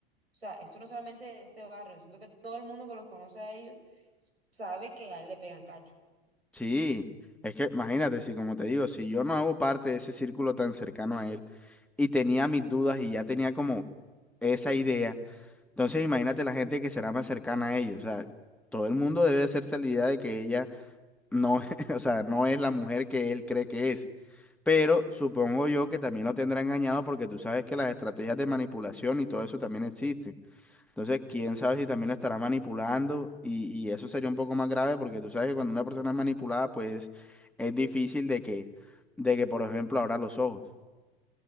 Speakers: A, on the right; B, in the centre.
A: O sea, eso no solamente de este barrio, siento que todo el mundo que los conoce a ellos sabe que a él le pegan cacho.
B: Sí, es que imagínate, si como te digo, si yo no hago parte de ese círculo tan cercano a él y tenía mis dudas y ya tenía como esa idea, entonces imagínate la gente que será más cercana a ellos, o sea, todo el mundo debe hacerse la idea de que ella no, <laughs> o sea, no es la mujer que él cree que es, pero supongo yo que también lo tendrá engañado porque tú sabes que las estrategias de manipulación y todo eso también existen. Entonces, quién sabe si también lo estará manipulando y, y eso sería un poco más grave porque tú sabes que cuando una persona es manipulada, pues es difícil de que, de que, por ejemplo, abra los ojos.